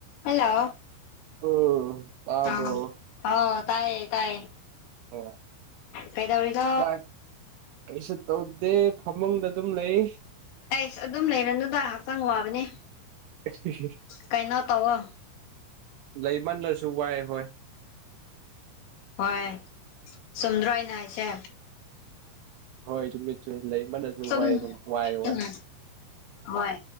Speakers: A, on the left; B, on the right.
A: Hello
B: ꯎꯝ ꯇꯥꯕ꯭ꯔꯣ
A: ꯑꯥ ꯑ ꯇꯥꯏꯌꯦ ꯇꯥꯏꯌꯦ
B: ꯍ
A: ꯀꯩꯗꯧꯔꯤꯅꯣ
B: ꯆꯥꯛ ꯀꯩꯁꯨ ꯇꯧꯗꯦ ꯐꯃꯨꯡꯗ ꯑꯗꯨꯝ ꯂꯩ
A: ꯑꯩꯁ ꯑꯗꯨꯝ ꯂꯩꯔꯅꯨꯗ ꯍꯛꯆꯥꯡ ꯋꯥꯕꯅꯦ
B: ꯑꯦꯁꯄꯤꯦꯁꯂꯤ
A: ꯀꯩꯅꯣ ꯇꯧꯋꯣ
B: ꯂꯩꯃꯜꯂꯁꯨ ꯋꯥꯏ ꯍꯣꯏ
A: ꯍꯣꯏ ꯆꯨꯝꯗ꯭ꯔꯣ ꯑꯩꯅ ꯍꯥꯏꯁꯦ
B: ꯍꯣꯏ ꯆꯨꯝꯃꯤ ꯆꯨꯝꯃꯤ ꯂꯩꯃꯜꯂꯁꯨ
A: ꯆꯨꯝ
B: ꯋꯥꯏ
A: ꯎꯝ
B: ꯋꯥꯏ ꯋꯥꯏ
A: ꯍꯣꯏ